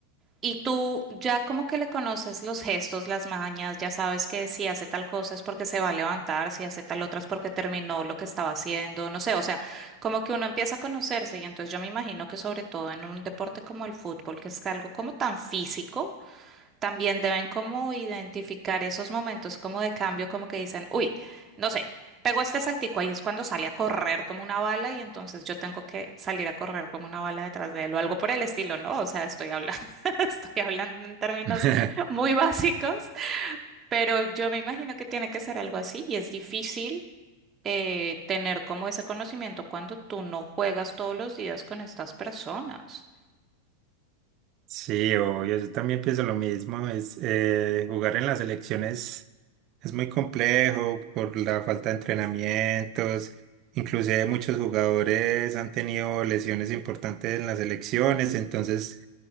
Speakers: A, on the right; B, on the right.
A: y tú ya como que le conoces los gestos, las mañas, ya sabes que si hace tal cosa es porque se va a levantar, si hace tal otra es porque terminó lo que estaba haciendo, no sé, o sea, como que uno empieza a conocerse y entonces yo me imagino que sobre todo en un deporte como el fútbol, que es algo como tan físico, también deben como identificar esos momentos como de cambio, como que dicen, uy, no sé, pegó este saltico, ahí es cuando sale a correr como una bala y entonces yo tengo que salir a correr como una bala detrás de él o algo por el estilo, ¿no? O sea, estoy hablando, <laughs> estoy hablando en términos
B: <laughs>
A: muy básicos, pero yo me imagino que tiene que ser algo así y es difícil. eh, tener como ese conocimiento cuando tú no juegas todos los días con estas personas.
B: Sí, obvio, yo también pienso lo mismo. Es, eh, jugar en las selecciones es muy complejo por la falta de entrenamientos. Inclusive muchos jugadores han tenido lesiones importantes en las selecciones, entonces